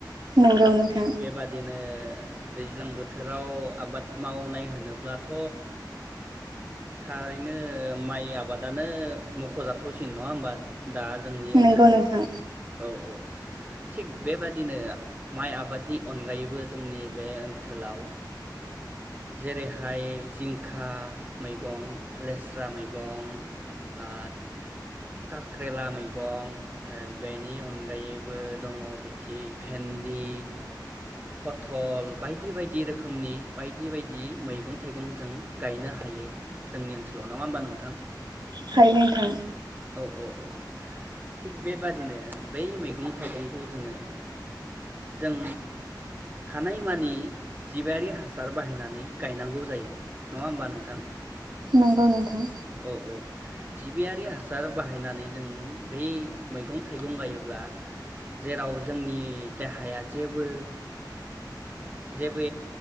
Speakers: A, on the right (about 70°); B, on the right (about 25°).
A: नंगौ नोंथां
B: थिग बेबादिनो ओ दैज्लां बोथोराव आबाद मावनाय होनोब्लाथ' थारैनो माइ आबादानो मख'जाथावसिन। नङा होमबा? दा जोंनि ओनसोलाव
A: नंगौ नोंथां
B: औ औ थिग बेबादिनो माइ आबादनि अनगायैबो जोंनि बे ओनसोलाव जेरैहाय जिंखा मैगं, लेस्रा मैगं ओ काख्रेला मैगं बेनि अनगायैबो दङ बिथिं भेन्दि पथल बायदि बायदि रोखोमनि बायदि बायदि मैगं-थाइगं जों गायनो हायो जोंनि ओनसोलाव नङा होमबा नोंथां?
A: हायो नोंथां
B: औ औ औ थिग बेबादिनो बै मैगं थाइगंखौ जोङो जों हानायमानि जिबायारि हासार बाहायनानै गायनांगौ जायो नङा होमबा नोंथां?
A: नंगौ नोंथां
B: औ औ जिबियारि हासार बाहायनानै जों बै मैगं-थाइगं गायोब्ला जेराव जोंनि देहाया जेबो जेबो